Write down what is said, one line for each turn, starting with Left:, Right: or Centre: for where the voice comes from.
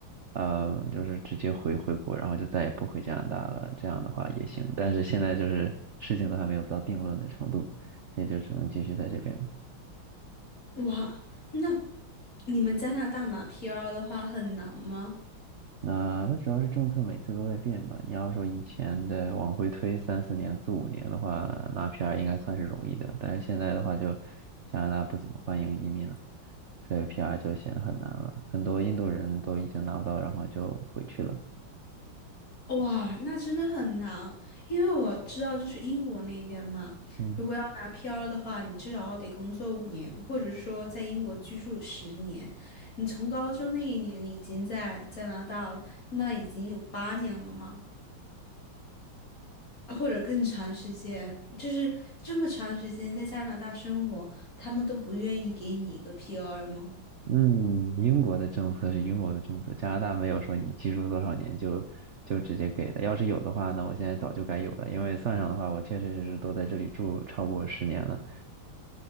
Right: 呃，就是直接回回国，然后就再也不回加拿大了，这样的话也行。但是现在就是事情都还没有到定论的程度，所以就只能继续在这边。
Left: 哇，那你们加拿大拿 PR 的话很难吗？
Right: 那它主要是政策每次都在变吧。你要说以前再往回推三四年、四五年的话，拿 PR 应该算是容易的，但是现在的话就加拿大不怎么欢迎移民了，所以 PR 就显得很难了。很多印度人都已经拿不到，然后就回去了。
Left: 哇，那真的很难，因为我知道就是英国那边嘛，
Right: 嗯
Left: 如果要拿 PR 的话，你至少得工作五年，或者说在英国居住十年。你从高中那一年你已经在加拿大了，那已经有八年了嘛，或者更长时间，就是这么长时间在加拿大生活，他们都不愿意给你一个 PR 吗？
Right: 嗯，英国的政策是英国的政策，加拿大没有说你居住多少年就就直接给的。要是有的话呢，我现在早就该有了，因为算上的话，我确确实实都在这里住超过十年了。